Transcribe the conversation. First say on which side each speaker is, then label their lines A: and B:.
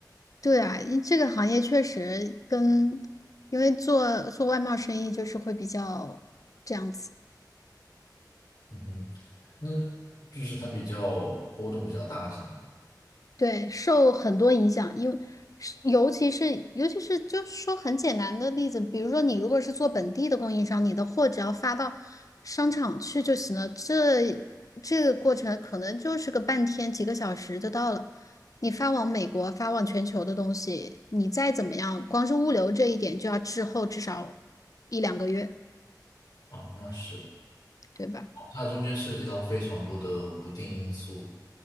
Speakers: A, on the left (about 50°); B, on the left (about 70°).
A: 对啊，因这个行业确实跟，因为做做外贸生意就是会比较这样子，
B: 嗯哼，那就是它比较波动比较大，是吗？
A: 对，受很多影响，因为是尤其是尤其是就是说很简单的例子，比如说你如果是做本地的供应商，你的货只要发到商场去就行了，这这个过程可能就是个半天几个小时就到了。你发往美国、发往全球的东西，你再怎么样，光是物流这一点就要滞后至少一两个月，
B: 哦，那是，
A: 对吧？
B: 哦它中间涉及到非常多的不定因素，